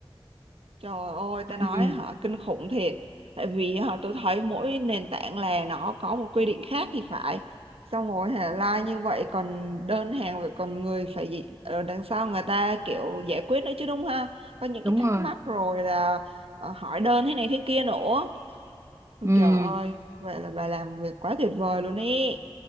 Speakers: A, on the right; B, on the right.
A: Trời ơi, ta nói
B: Ừ.
A: họ kinh khủng thiệt. Tại vì họ tôi thấy mỗi nền tảng là nó có một quy định khác thì phải. Xong rồi hả, like như vậy còn đơn hàng rồi còn người phải gì ở đằng sau người ta kiểu giải quyết nữa chứ đúng ha. Có những
B: đúng
A: cái thắc
B: rồi
A: mắc rồi là ờ, hỏi đơn thế này thế kia nữa. Ôi
B: ừ
A: trời ơi, vậy là bà làm việc quá tuyệt vời luôn ý.